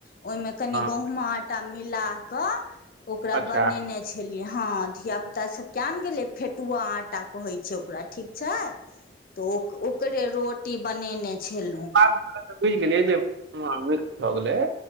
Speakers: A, on the left; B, on the right.
A: ओहि मे कनी
B: हँ
A: गहूमा आटा मिलााक ओकरा
B: अच्छा
A: बनेने छलिय हँ धियापुताभ के ने गेलै फेटुआ आटा कहै छै ओकरा ठीक छै तऽ ओ ओकरे रोटी बनेने छलहुँ
B: तऽ बुझि गेलियै जे मिक्स भऽ गेलै